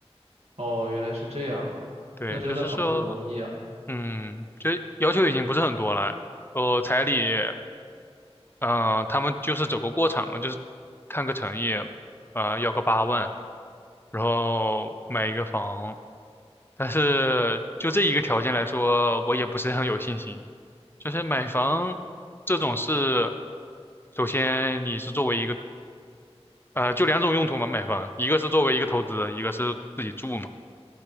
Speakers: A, on the right; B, on the left.
A: 哦，原来是这样，
B: 对，
A: 那真的很不容易啊。
B: 就是说，嗯，就要求已经不是很多了，呃，彩礼。嗯、呃他们就是走个过场嘛，就是看个诚意，啊，要个八万，然后买一个房。但是就这一个条件来说，我也不是很有信心。就是买房这种事，首先你是作为一个呃，就两种用途嘛，买房，一个是作为一个投资，一个是自己住嘛。